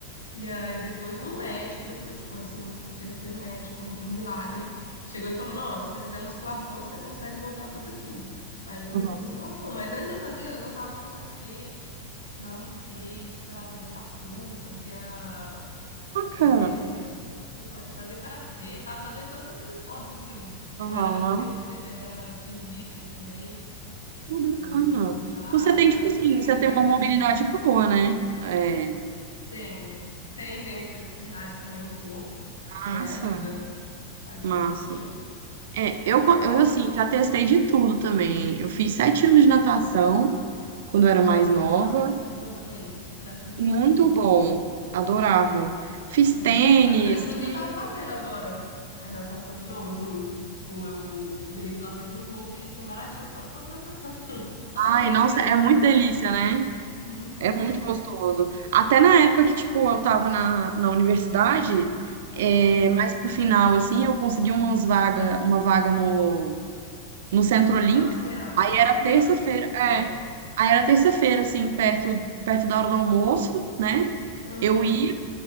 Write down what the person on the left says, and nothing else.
E aí depois um médico, depois, tipo assim, um terceiro médico, um um milagre, chegou e falou: Nossa, se você fizer musculação, você consegue voltar a fazer tudo. Aí eu comecei
musculação. Mas antes eu fazia, eu gostava muito de andar de skate, andar muito de skate, sei lá, fazia parkour, fazia. É...
Que mais? Fazia karatê, sabe? Fazia todos esses esportes, assim.
Eu era eu também fazia, era cheerleader também
pela faculdade.
Então,
assim,
já
fiz tudo.
Tenho. Tem, tenho flexibilidade também um pouco, que
aí ajuda, ajuda
um pouquinho.
Mas
é,
natação,
nossa, é bom também. Já fiz um
pouquinho.
Amo.
Não, inclusive
eu tava fazendo agora é, natação de novo, assim, tipo, eu virei sócia de um clube, assim, baratinho, só pra fazer natação. <laughs> Sozinha,
que eu já
sei
nadar.
Muito bom.
Aham.
Nossa,
lá no CA.
Uhum,
no C
o
Aham.